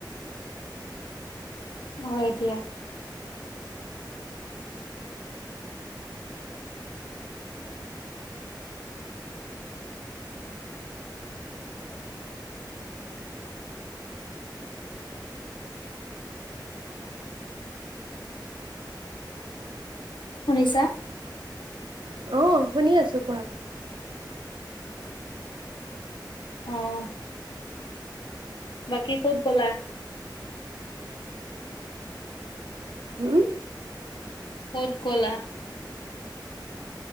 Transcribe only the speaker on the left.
হয় দিয়া। শুনিছাঁ।
অ'। বাকি ক'ত গ'লা?
ক'ত গ'লা।